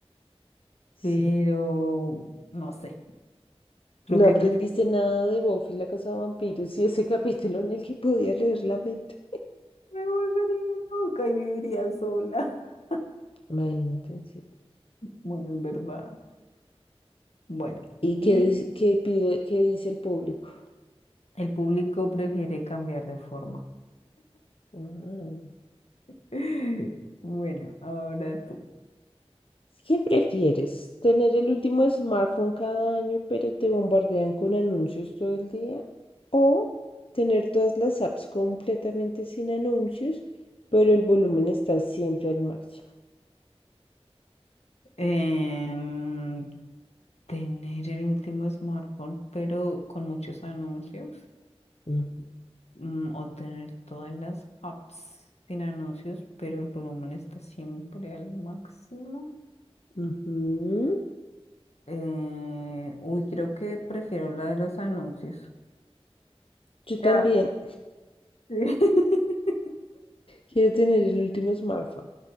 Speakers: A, on the left; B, on the left.
A: Sí.
B: pero no sé, creo
A: No
B: que
A: aprendiste
B: prefiero.
A: nada de Buffy la casa de vampiros y ese <laughs> capítulo en el que podía leer la mente.
B: Me volvería loca y viviría sola. <laughs>
A: Imagínate, sí.
B: Bueno, es verdad. Bueno,
A: ¿Y qué,
B: y
A: dice- qué pide, qué dice el público?
B: el público prefiere cambiar de forma.
A: Ah.
B: <laughs> Bueno, ahora tú.
A: ¿Qué prefieres? ¿Tener el último smartphone cada año, pero te bombardean con anuncios todo el día? ¿O tener todas las apps completamente sin anuncios, pero el volumen está siempre al máximo?
B: Em, tener el último smartphone, pero con muchos anuncios.
A: Ujú,
B: mm, o tener todas las apps sin anuncios, pero el volumen está siempre al máximo.
A: ujú.
B: Eh, uy, creo que prefiero la de los anuncios.
A: Yo también
B: Ah, sí. <laughs>
A: quiero tener el último smartphone.